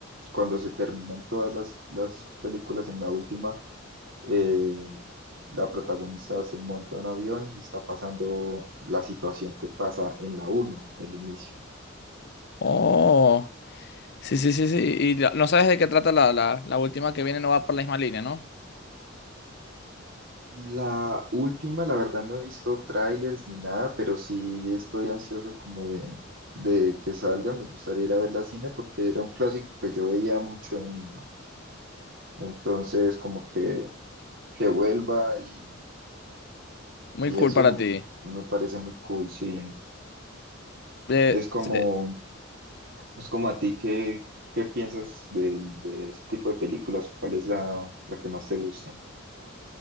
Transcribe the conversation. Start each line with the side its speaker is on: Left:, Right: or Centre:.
Right: cuando se terminan todas las, las películas, en la última, eh, la protagonista se monta en avión y está pasando la situación que pasa en la uno, el inicio.
Left: Oh. Sí, sí, sí, sí. Y la- no sabes de qué trata la, la, la última que viene, no va por la misma línea, ¿no?
Right: La última, la verdad, no he visto trailers ni nada, pero sí estoy ansioso como de, de que salga. Me gustaría ir a ver la cine porque era un clásico que yo veía mucho de niño. Entonces, como que, que vuelva y,
Left: Muy
Right: y
Left: cool
Right: eso
Left: para ti.
Right: me parece muy cool, sí.
Left: Eh,
Right: Es como,
Left: se-
Right: es como a ti, ¿qué, qué piensas de, de ese tipo de películas o cuál es la, la que más te gusta?